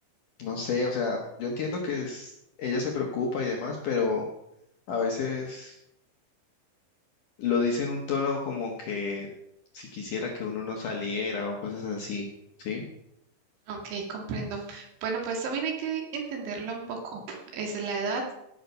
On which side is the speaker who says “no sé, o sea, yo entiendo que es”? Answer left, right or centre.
Left